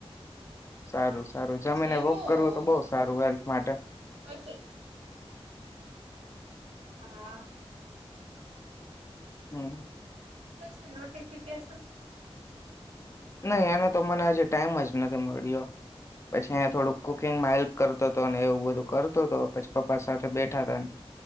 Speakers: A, on the left (about 25°); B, on the right (about 85°).
A: સારું. સારું જમીને
B: જયમું
A: વોક કરવું તો બહ સારું હેલ્થ માટે.
B: પછી હા.
A: હમ્મ.
B: છ નોટિફિકેશન.
A: નહી એનો તો મને આજ ટાઈમ જ નથી મળ્યો પછી અં થોડું કુકિંગમાં હેલ્પ કરતો હતો એવું બધું કરતો હતો પછી પપ્પા સાથે બેઠા હતા